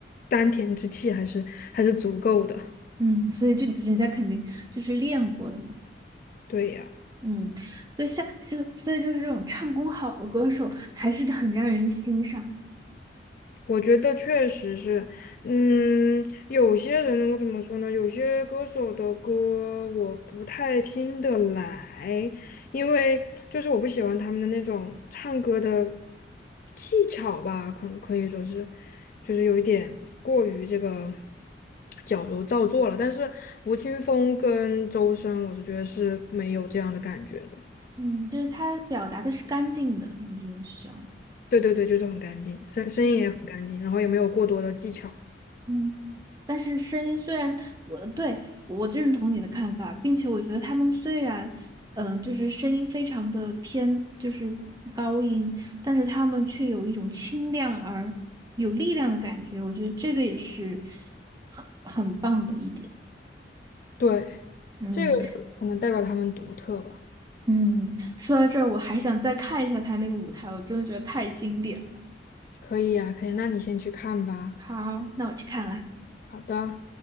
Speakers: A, on the left; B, on the right.
A: 丹田之气还是还是足够的。
B: 嗯，所以就人家肯定就是练过的嘛。
A: 对呀。
B: 嗯，所以像就所以就是这种唱功好的歌手，还是很让人欣赏的。
A: 我觉得确实是，嗯，有些人我怎么说呢？有些歌手的歌我不太听得来，因为就是我不喜欢他们的那种唱歌的技巧吧，可能可以说是，就是有一点过于这个矫揉造作了。但是吴青峰跟周深，我是觉得是没有这样的感觉的。
B: 嗯，就是他表达的是干净的，你觉得是这样吗？
A: 对对对，就是很干净，声声音也很干净，
B: 嗯。
A: 然后也没有过多的技巧。
B: 嗯。但是声音虽然我对我认同你的看法，并且我觉得他们虽然嗯、呃就是声音非常的偏就是高音，但是他们却有一种清亮而有力量的感觉，我觉得这个也是很很棒的一点。
A: 对。
B: 嗯
A: 这个就可能代表他们独特吧。
B: 嗯，说到这儿，我还想再看一下他那个舞台，我真的觉得太经典了。
A: 可以呀，可以，那你先去看吧。
B: 好，那我去看了。
A: 好的。